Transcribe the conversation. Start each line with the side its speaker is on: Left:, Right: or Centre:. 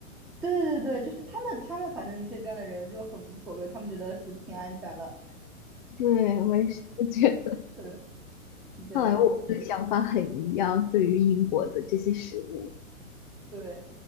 Centre: 对对对，就是他们他们反正这边的人就很无所谓，他们觉得是挺安全的。
Left: 对，我也是，我觉
Centre: 对，是这样的
Left: 看来我们的想法很一样，对于英国的这些食物。
Centre: 对。